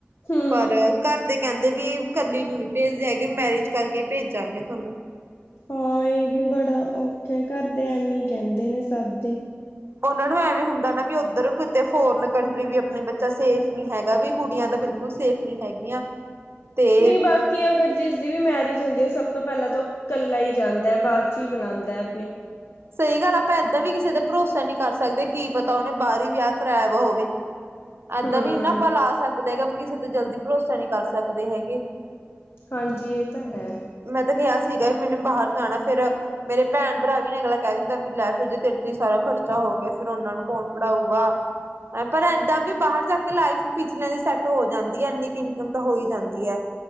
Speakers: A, on the left; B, on the right.
A: ਹਮ।
B: ਪਰ ਘਰ ਦੇ ਕਹਿੰਦੇ ਵੀ ਇਕੱਲੀ ਨੂੰ ਨੀ ਭੇਜਦੇ ਹੈਗੇ ਮੈਰਿਜ ਕਰਕੇ ਭੇਜਾਂਗੇ ਤੁਹਾਨੂੰ
A: ਹਾਂ ਇਹ ਵੀ ਬੜਾ ਔਖਾ ਘਰ ਦੇ ਐਵੇਂ ਕਹਿੰਦੇ ਨੇ ਸਭ ਦੇ
B: ਉਹਨਾਂ ਨੂੰ ਐਵੇਂ ਹੁੰਦਾ ਨਾ ਵੀ ਉੱਧਰ ਕਿਤੇ ਫੋਰਨ ਕੰਟਰੀ ਵੀ ਆਪਣੇ ਬੱਚਾ ਸੇਫ ਨਹੀਂ ਹੈਗਾ ਵੀ ਕੁੜੀਆਂ ਤਾਂ ਬਿਲਕੁਲ ਸੇਫ ਨਹੀਂ ਹੈਗੀਆਂ ਤੇ
A: ਨਹੀਂ ਬਾਕੀ ਅਗਰ ਜਿਸ ਦੀ ਵੀ ਮੈਰਿਜ ਹੁੰਦੀ ਆ ਸਬ ਤੋਂ ਪਹਿਲਾਂ ਤਾਂ ਉਹ ਕੱਲਾ ਹੀ ਜਾਂਦਾ ਹੈ ਬਾਅਦ ਚ ਹੀ ਬੁਲਾਉਂਦਾ ਹੈ
B: ਸਹੀ ਗੱਲ ਆ ਆਪਾਂ ਇੱਦਾਂ ਵੀ ਕਿਸੇ ਦੇ ਭਰੋਸਾ ਨਹੀਂ ਕਰ ਸਕਦੇ ਕੀ ਪਤਾ ਉਹਨੇ ਬਾਹਰ ਹੀ ਵਿਆਹ ਕਰਾਇਆ ਵਾ ਹੋਵੇ ਏਦਾਂ
A: ਹਮ
B: ਵੀ ਨਾ ਆਪਾਂ ਲਾ ਸਕਦਾ ਹੈਗਾ ਵੀ ਕਿਸੇ ਤੇ ਜਲਦੀ ਭਰੋਸਾ ਨਹੀਂ ਕਰ ਸਕਦੇ ਹੈਗੇ
A: ਹਾਂਜੀ ਇਹ ਤਾਂ ਹੈ
B: ਮੈਂ ਤਾਂ ਕਿਹਾ ਸੀਗਾ ਵੀ ਮੈਨੂੰ ਬਾਹਰ ਜਾਣਾ ਫੇਿਰ ਮੇਰੇ ਭੈਣ ਭਰਾ ਵੀ ਨ ਅਗਲਾ ਕਹਿ ਦਿੰਦਾ ਵੀ ਲੈ ਫਿਰ ਜੇ ਤੇਰੇ ਤੇ ਸਾਰਾ ਖਰਚਾ ਹੋ ਗਿਆ ਫਿਰ ਉਹਨਾਂ ਨੂੰ ਕੌਣ ਪੜ੍ਹਾਊਗਾ ਪਰ ਏਦਾਂ ਵੀ ਬਾਹਰ ਜਾਕੇ ਲਾਈਫ ਪਿਛਲਿਆਂ ਦੀ ਸੈਟ ਹੋ ਜਾਂਦੀ ਹੈ ਇੰਨੀ ਇਨਕਮ ਤਾ ਹੋਈ ਜਾਂਦੀ ਹੈ